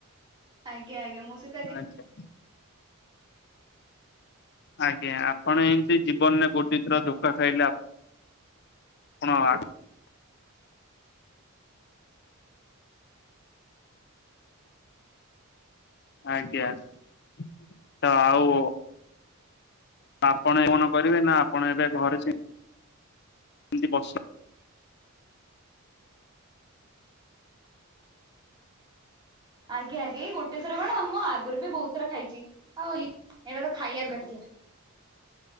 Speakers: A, on the right; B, on the left.
A: ଆଜ୍ଞା ଆଜ୍ଞା ମୋ ସହି <unintelligible>
B: ଆଜ୍ଞା। ଆଜ୍ଞା ଆପଣ ଏମିତି ଜୀବନରେ ଗୋଟେ ଥର ଧୋକା ଖାଇଲେ। ଆପଣ ଆ। ଆଜ୍ଞା ତ ଆଉ। ଆପଣ ଏନ କରିବେ ନା ଆପଣ ଏବେ ଘରେ ସେମ ବସି <inaudible>
A: ଆଜ୍ଞା ଆଜ୍ଞା ଏଇ ଗୋଟେ ଥର କଣ ମୁଁ ଆଗରୁ ବି ବହୁତ ଥର ଖାଇଛି, ଆଉ--ଇ ଏଇଟା ତ ଖାଇବାକୁ ଥିଲା।